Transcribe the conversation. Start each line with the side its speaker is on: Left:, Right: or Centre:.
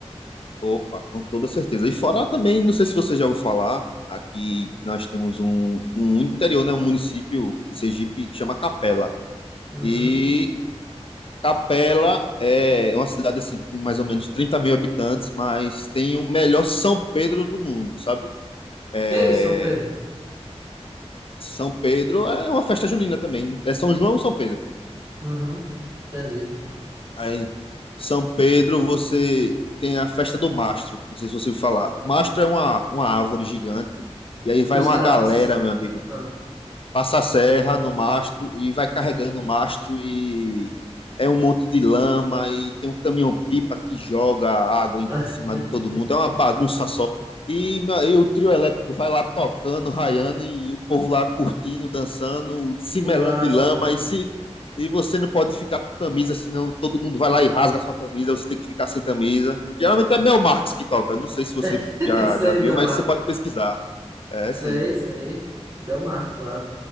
Left: Opa, com toda certeza. E fora também, não sei se você já ouviu falar, aqui nós temos um, um interior, né, um município em Sergipe que chama Capela.
Right: Uhum.
Left: E Capela é uma cidade assim com mais ou menos trinta mil habitantes, mas tem o melhor São Pedro do mundo, sabe? É,
Right: Que isso, São Pedro?
Left: São Pedro é uma festa junina também. É São João e São Pedro.
Right: Uhum. Entendi.
Left: Aí, São Pedro, você tem a festa do mastro. Não sei se você ouviu falar. Mastro é uma, uma árvore gigante. E aí vai
Right: Que os
Left: uma
Right: caras
Left: galera,
Right: passam assim.
Left: meu amigo
Right: Ah.
Left: passa a serra no mastro e vai carregando o mastro e é um monte de lama e tem um caminhão-pipa que joga água em
Right: <laughs>
Left: cima de todo mundo. É uma bagunça só. E, e o trio elétrico vai lá tocando, raiando e o povo lá curtindo, dançando, se
Right: Que
Left: melando
Right: massa,
Left: de lama
Right: velho.
Left: e se e você não pode ficar com camisa, senão todo mundo vai lá e rasga a sua camisa, você tem que ficar sem camisa. Geralmente é Belmarx que toca, não sei se você
Right: <laughs>
Left: já,
Right: Sei,
Left: já viu,
Right: meu
Left: mas você pode pesquisar. É,
Right: Sei,
Left: sim.
Right: sei. Belmar, claro.